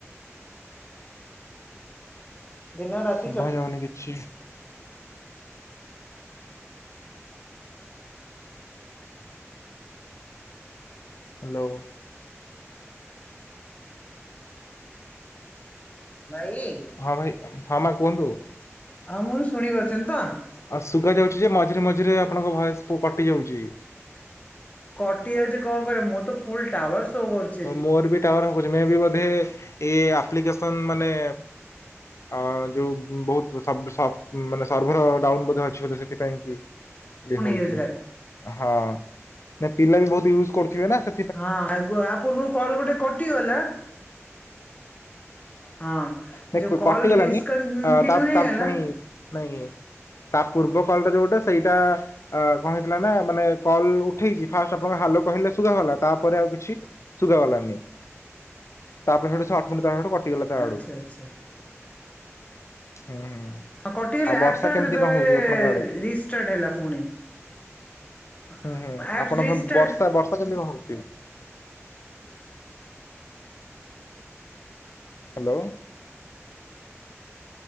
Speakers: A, on the left; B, on the left.
A: ଦିନ ରାତି
B: ଶୁଭା
A: ଚ
B: ଯାଉନି କିଛି। ହାଲୋ।
A: ବାଇ।
B: ହଁ ଭାଇ ହଁ ମା କୁହନ୍ତୁ।
A: ଆଉ ମୁଁ ନି ଶୁଣି ପାରୁଛନ୍ତି ତ।
B: ଆଉ ଶୁଗା ଯାଉଛି ଯେ ମଝିରେ ମଝିରେ ଆପଣଙ୍କ ଭଏସ ପୁ କଟି ଯାଉଛି।
A: କଟି ଯାଉଛି କଣ କରିବା ମୋର ତ ଫୁଲ ଟାୱାର ଶୋ କରୁ
B: ତ ମୋର ବି ଟାୱାର ରଖୁଛି ମୁ ବି ବୋଧେ ଏ ଆପ୍ଲିକେସନ ମାନେ ଅ ଯୋଉ ବହୁତ ସବ୍ ସବ୍ ମାନେ ସର୍ଭର ଡାଉନ ବଧେ ଅଛି ବୋଧ ସେଥିପାଇଁ କି। ଇଏ
A: କଣ
B: ହଉଛି
A: ହେଇଯାଉଛି ରା
B: ହଁ ନା ପିଲା ବି ବହୁତ ୟୁଜ କରୁଥିବେ ନା ସେ
A: ହଁ ଆଗ ଆ ପୂର୍ବରୁ କଲ ଗୋଟେ କଟିଗଲା। ହଁ
B: ନାଇଁ
A: ଯୋଉ କଲ
B: କଟିଗଲାନି
A: ଡିସକ ଣ୍ଟିନ୍ୟୁ
B: ତା
A: ହେଇଗଲା।
B: ତା ନାଇଁ ନାଇଁ ତା ପୂର୍ବ କଲ୍ ଟା ଯୋଉଟା ସେଇଟା ଅ କଣ ହେଲା ନା ମାନେ କଲ ଉଠେଇଛି ଫାଷ୍ଟ ଆପଣଙ୍କ ହାଲୋ କହିଲେ ଶୁଗା ଭଲା ତାପରେ ଆଉ କିଛି ଶୁଭା ଗଲାନି ତାପରେ ସେଉଟୁ ସେ ଅଟମି ସେ ତା ସେଟୁ କ ଟିଗଲା ତା
A: ଆଚ୍ଛା
B: ଆଡୁ
A: ଆଚ୍ଛା।
B: ହୁଁ ହୁଁ।
A: ହଁ କଟିଗଲା
B: ଆଉ ବର୍ଷା
A: ଆପ ଟା
B: କେମିତି
A: ସେତବେଳେ
B: କଣ ହଉଛି ଆପଣଙ୍କ ଆଡେ?
A: ରିଷ୍ଟାର୍ଟ ହେଲା ପୁଣି। ଆପ୍ସ
B: ହୁଁ ହୁଁ ଆପଣ
A: ରିଷ୍ଟାର୍ଟ
B: ସେ ବର୍ଷା ବର୍ଷା କେମତିି କନ ହଉଛି। ହ୍ୟାଲୋ।